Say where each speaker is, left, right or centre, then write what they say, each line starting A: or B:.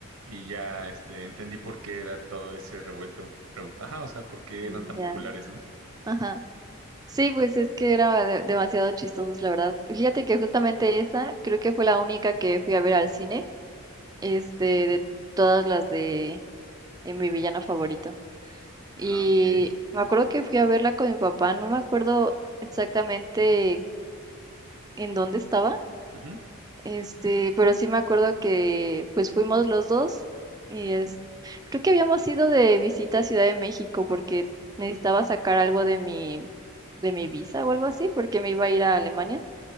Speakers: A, on the right (about 80°); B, on the right (about 15°).
A: y ya este entendí por qué era todo ese revuelto, revu- ajá, o sea, por qué
B: Ujú.
A: eran tan
B: Ya.
A: populares, ¿no?
B: Ajá. Sí, pues es que era de- demasiado chistosos, la verdad. Fíjate que justamente esa creo que fue la única que fui a ver al cine, este, de todas las de eh, mi villano favorito. Y
A: Ah, ok.
B: me acuerdo que fui a verla con mi papá, no me acuerdo exactamente en dónde estaba,
A: Ujú,
B: este, pero sí me acuerdo que pues fuimos los dos y es, creo que habíamos ido de visita a Ciudad de México porque necesitaba sacar algo de mi, de mi visa o algo así, porque me iba a ir a Alemania